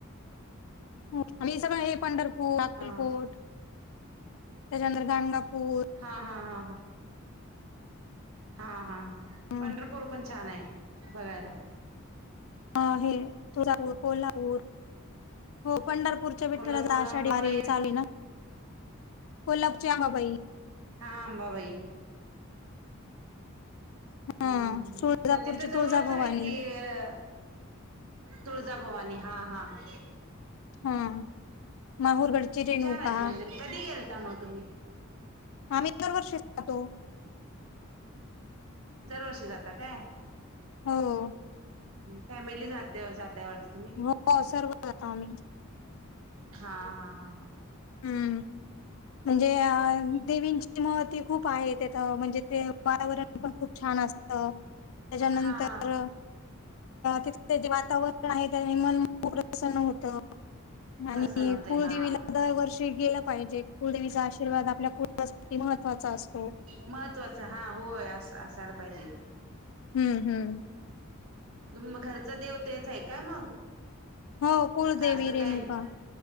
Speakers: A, on the left; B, on the right.
A: आम्ही सगळं हे पंढरपूर, अकलकोट
B: हा
A: त्याच्यानंतर गांगापूर.
B: हा हा हा हा. हा हा
A: हम्म
B: पंढरपूर पण छान आहे बघायला.
A: हा हे तुळजापूर, कोल्हापूर हो पंढरपूर ते विठलाची
B: कोल्हापूर
A: आषाढी
B: अंबाबाई
A: वारी चाली ना, कोल्हापूरची अंबाबाई
B: हा अंबाबाई हम्म,
A: हा तुळजापूरची
B: मग तिथं जवळचं
A: तुळजाभवानी
B: आहे की तुळजाभवानी हा हा हा.
A: हा, माहूरगडचे रेणूका.
B: छान आहेत मंदिर कधी गेलता मग तुम्ही?
A: आम्ही दरवर्षी जातो.
B: जरव‌र्षी अशी जाता काय?
A: हो
B: फॅमिली जाते जाताय जाय
A: <unintelligible>
B: हा हा हा हा.
A: हम्म. म्हणजे देवींची महती खूप आहे तेथ म्हणजे ते वातावरण पण खूप छान असतं, त्याच्यानंतर
B: हा हा
A: तिथे जे वातावरण आहे त्यानी म-न प्रसन होत.
B: प्रसन्न
A: आणि
B: होते
A: कुलदेवीला
B: हा
A: दरवर्षी गेलं पाहिजे कुलदेवीचा आशीर्वाद आपल्या कुटुंबासाठी महत्त्वाचा असतो.
B: महत्त्वाचं हा होय अस असायला पाहिजे.
A: हम्म. हम्म.
B: मग घरचा देव तेचं आहे काय मग,
A: हो कुलदेवी
B: का असं
A: रेणुका.
B: काय नाही?